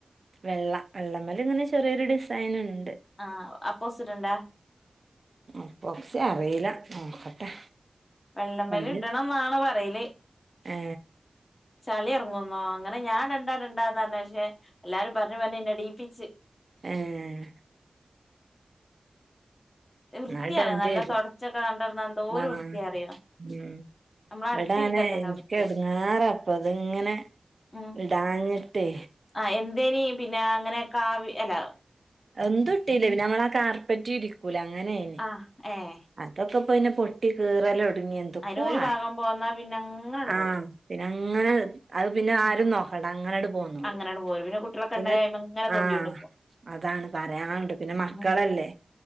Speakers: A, on the right; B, on the left.
A: വെള്ള വെള്ളമ്മല്ങ്ങനെ ചെറിയൊരു ഡിസൈനിണ്ട്.
B: ആഹ് അപ്പോക്സി ഇടണ്ടാ
A: അപ്പൊക്സി അറീല്ല നോക്കട്ടെ
B: വെള്ളമ്മല്
A: പണി
B: ഇടണംന്നാണ് പറയല്.
A: ഏ
B: ചളി ഇറങ്ങുന്നോ അങ്ങനെ ഞാൻ ഇടണ്ടാ ഇടണ്ടാന്നറഞ്ഞു പക്ഷെ എല്ലാരും പറഞ്ഞ് പറഞ്ഞ്ന്നെ ഇടീപ്പിച്ച്.
A: ഏഹ്
B: വൃത്തിയാണ്
A: ന്നാ ഇടണ്ടേരും
B: നല്ല തൊടച്ചൊക്കെ കണ്ടടന്നാ എന്തോരു
A: ആഹ്
B: വൃത്തിയാ അറിയോ
A: ഉം
B: നമ്മള് അടച്ചിലിട്ടാ
A: എവടാണ്
B: തന്നെ
A: എനിക്കെടുങ്ങാറപ്പൊത്ങ്ങനെ
B: വൃത്തിയാ ഉം
A: വൽ ഇടാഞ്ഞിട്ടെ
B: ആഹ് എന്തേനി പിന്നെ അങ്ങനെ കാവി അല്ല
A: എന്തും ഇട്ടില്ലേന്ന് ഞങ്ങളെ ആഹ് കാർപ്പറ്റിരിക്കൂലെ അങ്ങനെര്ന്നു.
B: ആഹ് ഏയ്
A: അതൊക്കെ ഇപ്പോപിന്നെ പൊട്ടി കീറലൊങ്ങിയ തൊക്കോ
B: അയിന് ഒരു
A: ആയി
B: ഭാഗം പോന്നാ പിന്നെ അങ്ങനട്
A: ആഹ്
B: പോരും
A: പിന്നങ്ങനെ അത് പിന്നെ
B: ഉം
A: ആരും നോ പ്പടെങ്ങളട് പോന്നോളും
B: അങ്ങനട് പോരും പിന്നെ കുട്ടികളൊക്കെ
A: പിന്നെ
B: ഇണ്ടായ അയ്മങ്ങനെ തോണ്ടിയോണ്ട്ക്കും
A: ആഹ് അതാണ് പറയാണ്ട് പിന്നെ മക്കളല്ലേ
B: ഉം